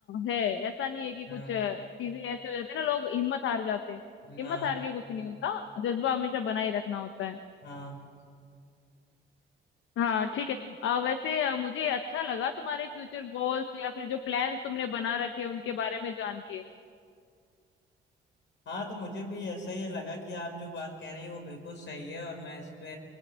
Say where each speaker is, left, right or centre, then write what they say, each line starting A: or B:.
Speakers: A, on the left; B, on the left.
A: है ऐसा नहीं है कि कुछ
B: हाँ
A: अ, चीजें ऐसे हो जाते हैं ना लोग हिम्मत हार जाते हैं हिम्मत
B: हाँ
A: हार के कुछ नहीं होता जज्बा हमेशा बनाए रखना होता है
B: हाँ
A: हाँ ठीक है अ, वैसे अ, मुझे अच्छा लगा तुम्हारे फ्यूचर गोल्स या फिर जो प्लान्स तुमने बना रखे हैं उनके बारे में जान के
B: हाँ तो मुझे भी ऐसा ही लगा कि आप जो बात कह रही हैं वो बिल्कुल सही है और मैं इस पे